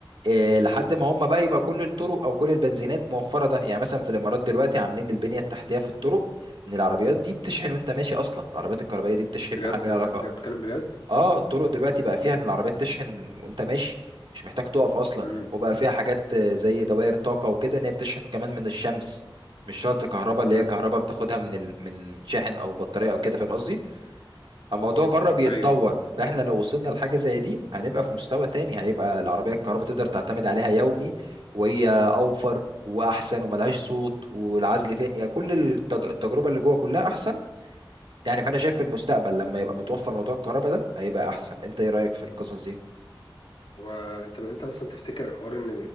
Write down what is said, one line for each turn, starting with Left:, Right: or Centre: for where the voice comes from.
Right: إيه لحد
Left: امم
Right: ما هم بقى يبقى كل الطرق او كل البنزينات موفره ده يعني مثلا في الامارات دلوقتي عاملين البنيه التحتيه في الطرق ان العربيات دي بتشحن وانت ماشي اصلا العربيات الكهربائيه دي بتشحن بحاجه
Left: بجد
Right: لها
Left: بجد
Right: علاقه
Left: بتكلم بجد
Right: اه الطرق دلوقتي بقى فيها ان العربيات تشحن وانت ماشي مش محتاج تقف اصلا
Left: امم
Right: وبقى فيها حاجات آه، زي دوائر طاقة وكده ان هي بتشحن كمان من الشمس مش شرط كهرباء اللي
Left: امم
Right: هي كهرباء بتاخدها من ال... من شاحن او بطارية او كده فاهم قصدي الموضوع بره بيتطور
Left: ايوه
Right: فاحنا لو وصلنا لحاجة زي دي هنبقى في مستوى تاني هيبقى العربية الكهرباء تقدر تعتمد عليها يومي وهي اوفر واحسن وملهاش صوت والعزل فيها يعني كل التج... التجربة اللي جوه كلها احسن يعني فانا شايف في المستقبل لما يبقى متوفر موضوع الكهرباء ده هيبقى احسن انت ايه رايك في القصص دي
Left: و- طب انت اصلا تفتكر حوار ان